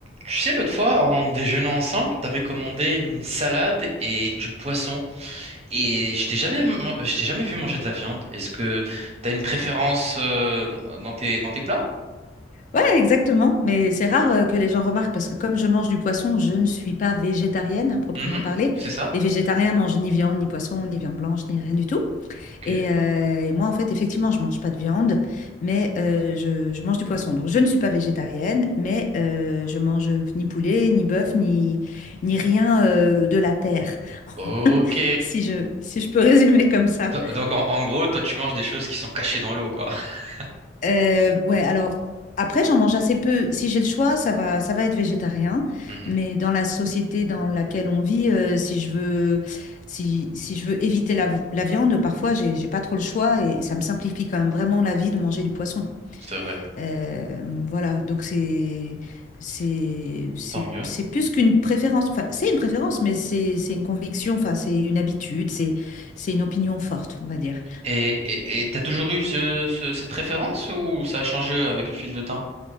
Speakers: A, on the right; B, on the left.
A: Tu sais, l'autre fois, en déjeunant ensemble, t'avais commandé une salade et du poisson. Et je t'ai jamais, man- je t'ai jamais vu manger de la viande. Est-ce que t'as une préférence euh, dans tes, dans tes plats?
B: Ouais, exactement. Mais c'est rare euh, que les gens remarquent parce que comme je mange du poisson, je ne suis pas végétarienne à proprement
A: Mhm,
B: parler.
A: c'est ça?
B: Les végétariens mangent ni viande, ni poisson, ni viande blanche, ni rien du tout.
A: Ok.
B: Et, euh, et moi, en fait, effectivement, je mange pas de viande, mais euh, je, je mange du poisson. Donc, je ne suis pas végétarienne, mais euh, je mange ni poulet, ni bœuf, ni, ni rien euh, de la terre, <laughs>
A: Ok.
B: si je, si je peux résumer comme ça.
A: Do- Donc, en, en gros, toi, tu manges des choses qui sont cachées dans l'eau, quoi. <laughs>
B: Euh, ouais, alors après, j'en mange assez peu. Si j'ai le choix, ça va, ça va être végétarien.
A: Mhm,
B: Mais dans la société dans laquelle on vit, euh, si je veux, si, si je veux éviter la, la viande, parfois, j'ai, j'ai pas trop le choix et ça me simplifie quand même vraiment la vie de manger du poisson.
A: c'est vrai.
B: Euh, voilà, donc c'est, c'est, c'est,
A: Tant mieux.
B: c'est plus qu'une préférence. Enfin, c'est une préférence, mais c'est, c'est une conviction. Enfin, c'est une habitude. C'est, c'est une opinion forte, on va dire.
A: Et, et, et t'as toujours eu ce- ce- cette préférence ou ça a changé avec le fil de temps?